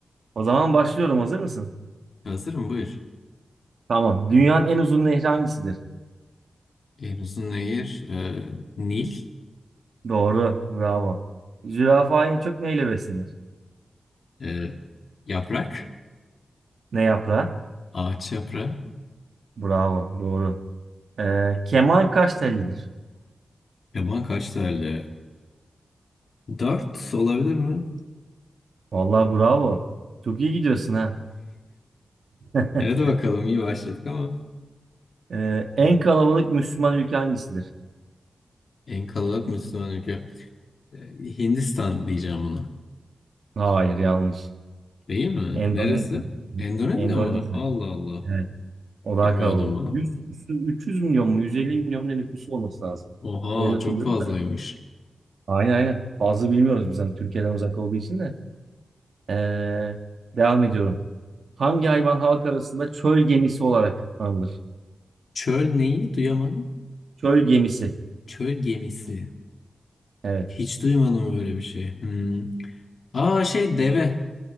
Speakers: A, on the right (about 70°); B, on the left (about 65°).
A: O zaman başlıyorum. Hazır mısın?
B: Hazırım buyur.
A: Tamam. Dünyanın en uzun nehri hangisidir?
B: En uzun nehir e, Nil.
A: Doğru. Bravo. Zürafa en çok neyle beslenir?
B: E, yaprak.
A: Ne yaprağı?
B: Ağaç yaprağı.
A: Bravo. Doğru. Ee, keman kaç tellidir?
B: Yaban kaç tane? E, dört olabilir mi?
A: Vallahi bravo. Çok iyi gidiyorsun ha. <laughs>
B: Ya hadi bakalım iyi başladık ama.
A: Ee, en kalabalık Müslüman ülke hangisidir?
B: En kalabalık Müslüman ülke. E, Hindistan diyeceğim buna.
A: Hayır yanlış.
B: Değil mi?
A: Endonezya.
B: Neresi? Endonezya
A: Endonezya.
B: mı? Allah Allah.
A: Evet. O daha
B: Bilmiyordum
A: kalabalık.
B: bunu.
A: 100, küsür- 300 milyon mu? 150 milyon mu ne nüfusu olması lazım.
B: Oha
A: Öyle hatırlıyorum
B: çok fazlaymış.
A: da. Aynen aynen. Fazla bilmiyoruz bizden Türkiye'den uzak olduğu için de. Ee, devam ediyorum. Hangi hayvan halk arasında çöl gemisi olarak adlandırılır?
B: Çöl neyi? Duyamadım.
A: Çöl gemisi.
B: Çöl gemisi.
A: Evet.
B: Hiç duymadım böyle bir şey. Hmm. Aa şey deve.